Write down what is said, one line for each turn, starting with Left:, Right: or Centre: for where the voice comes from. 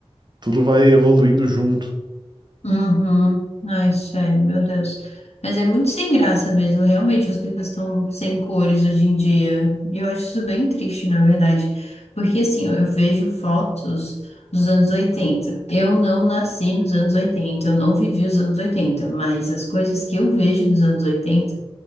Right: tudo vai evoluindo junto.
Left: Uhum. Ai, sério, meu Deus. Mas é muito sem graça mesmo. Realmente, as coisas estão sem cores hoje em dia. E eu acho isso bem triste, na verdade. Porque, assim, ó, eu vejo fotos dos anos oitenta Eu não nasci nos anos oitenta eu não vivi os anos oitenta Mas as coisas que eu vejo dos anos 80